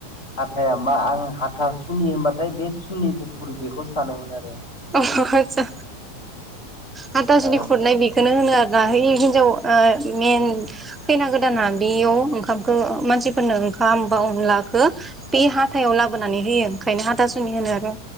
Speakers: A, on the left (about 55°); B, on the right (about 15°).
A: हाथाया मा आं हाथा सुनि होनबाथाय बे सुनि गुफुर बेखौ सानोमोन आरो।
B: अ आहात्सा हाथासुनि
A: औ
B: खुरनाय बेखौनो होनो आ जाहोयो हिनजाव ओ मेन खैना गोदाना बेयाव ओंखामखो मानसिफोरनो ओंखामबा अनलाखौ बे हाथायाव लाबोनानै होयो ओंखायनो हाथासुनि होनो आरो।